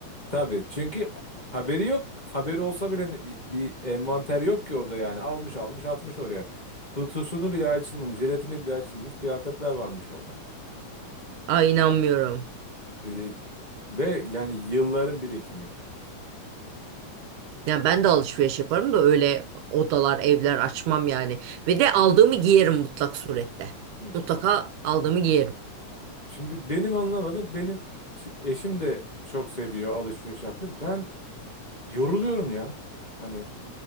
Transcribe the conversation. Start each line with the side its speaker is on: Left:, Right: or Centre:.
Left: Tabii çünkü haberi yok. Haberi olsa bile ne- bir, bir envanter yok ki orada yani. Almış almış atmış oraya. Kutusunu bile açılmamış, jelatini bile açılmamış kıyafetler varmış orada.
Right: Ay inanmıyorum.
Left: E, ve yani yılların birikimi.
Right: Yani ben de alışveriş yaparım da öyle odalar, evler açmam yani. Ve de aldığımı giyerim mutlak surette.
Left: Hı.
Right: Mutlaka aldığımı giyerim.
Left: Şimdi benim anlamadım. Benim şimdi eşim de çok seviyor alışveriş yapmayı. Ben yoruluyorum ya. Hani